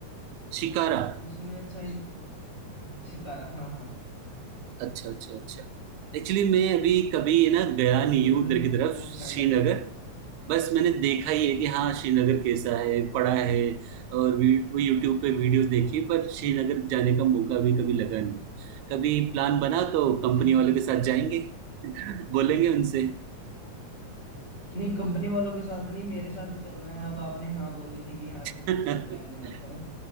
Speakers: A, on the right; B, on the right.
A: शिकारा
B: उसमें अच्छा इन- शिकारा हाँ हाँ
A: अच्छा अच्छा अच्छा एक्चुअली मैं अभी कभी ना गया नहीं
B: वो एक
A: हूँ उधर की तरफ
B: वो
A: श्रीनगर
B: सैंडल
A: बस मैंने देखा ही है कि हाँ, श्रीनगर कैसा है, पढ़ा है और वी वो यूट्यूब पे वीडियोज़ देखी है, पर श्रीनगर जाने का मौका भी कभी लगा नहीं है। कभी प्लान बना तो कंपनी
B: अच्छा
A: वालों
B: अच्छा
A: के साथ जाएँगे, <laughs> बोलेंगे उनसे।
B: नहीं कंपनी वालों के साथ नहीं मेरे साथ ही चलना है अब आपने हाँ बोली थी कि हाँ ट्रिप
A: <laughs>
B: मैं प्लान बनाता हूँ